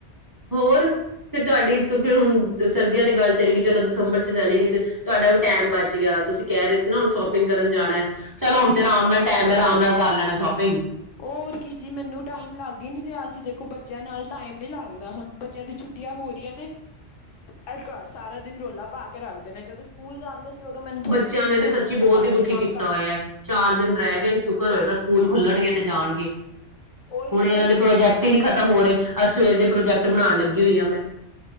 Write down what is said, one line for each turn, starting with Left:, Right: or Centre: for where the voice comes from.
Right: ਹੋਰ ਫਿਰ ਤੁਹਾਡੀ ਤੂੰ ਫਿਰ ਹੁਣ ਸਰਦੀਆਂ ਤੇ ਗੱਲ ਚਲੀ ਗਈ, ਚਲੋ ਦਸੰਬਰ ਚ ਚਲੀ ਗਈ ਤੇ ਤੁਹਾਡਾ ਵੀ ਟਾਈਮ ਬਚ ਗਿਆ ਤੁਸੀਂ ਕਹਿ ਰਹੇ ਸੀ ਨਾ ਹੁਣ ਸ਼ੋਪਿੰਗ ਕਰਨ ਜਾਣਾ, ਚਲੋ ਹੁਣ ਤੇ ਆਰਾਮ ਨਾਲ ਟਾਈਮ ਹੈ ਆਰਾਮ ਨਾਲ ਕਰ ਲੈਣਾ ਸ਼ੋਪਿੰਗ।
Left: ਹੋਰ ਕੀ ਜੀ ਮੈਨੂੰ ਟਾਈਮ ਲੱਗ ਹੀ ਨਹੀਂ ਰਿਹਾ ਸੀ, ਦੇਖੋ ਬੱਚਿਆਂ ਨਾਲ ਟਾਈਮ ਨੀ ਲੱਗਦਾ। ਤਾਂ ਹੁਣ ਬੱਚਿਆਂ ਦੀ ਛੁੱਟੀਆਂ ਹੋ ਹੋ ਗਈਆ ਨੇ ਏ ਘਰ ਸਾਰਾ ਦਿਨ ਰੋਲਾ ਪਾ ਕੇ ਰੱਖਦੇ ਨੇ ਜਦੋਂ ਸਕੂਲ ਜਾਂਦੇ। ਸੀ ਉਦੋਂ ਮੈਨੂੰ ਥੋੜਾ
Right: ਬੱਚਿਆਂ
Left: ਚੈਨ
Right: ਨੇ ਤੇ
Left: ਵੀ ਹੁੰਦਾ
Right: ਸੱਚੀ
Left: ਸੀ
Right: ਬਹੁਤ
Left: ਮੈਂ ਘਰ
Right: ਹੀ ਦੁਖੀ
Left: ਦੇ ਕੰਮ
Right: ਕੀਤਾ
Left: ਕਰ ਲੈਂਦੀ
Right: ਹੋਇਆ ਏ
Left: ਸੀ
Right: ਚਾਰ ਦਿਨ ਰਹਿ ਗਏ ਸ਼ੁ ਕਰ ਹੋਏਗਾ ਸਕੂਲ ਖੁੱਲਣਗੇ ਤੇ ਜਾਣਗੇ
Left: ਉਹੀ
Right: ਹੁਣ ਇਹਨਾਂ
Left: ਤੇ
Right: ਦੇ ਪ੍ਰੋਜੈਕਟ ਟੀ ਨਹੀਂ ਖਤਮ ਹੋ ਰਹੇ ਅੱਜ ਸਵੇਰ ਦੇ ਪ੍ਰੋਜੈਕਟ ਬਣਾਉਣ ਲੱਗੀ ਹੋਈ ਆ ਮੈਂ।